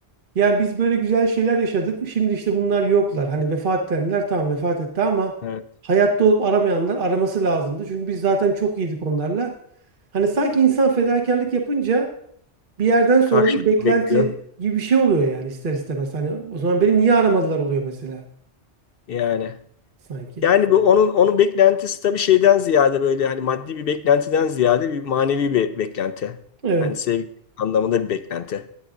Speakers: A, on the right (about 50°); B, on the left (about 60°).
A: yani biz böyle güzel şeyler yaşadık. Şimdi işte bunlar yoklar. Hani vefat edenler tamam vefat etti ama
B: e,
A: hayatta olup aramayanlar araması lazımdı. Çünkü biz zaten çok iyiydik onlarla. Hani sanki insan fedakarlık yapınca bir yerden sonra
B: karşılık
A: da bir beklenti
B: bekliyor
A: gibi bir şey oluyor yani ister istemez. Hani o zaman beni niye aramadılar oluyor mesela
B: yani.
A: sanki.
B: Yani bu onun onun beklentisi tabii şeyden ziyade böyle hani maddi bir beklentiden ziyade bir manevi bir beklenti.
A: Evet
B: Yani sevgi anlamında bir beklenti.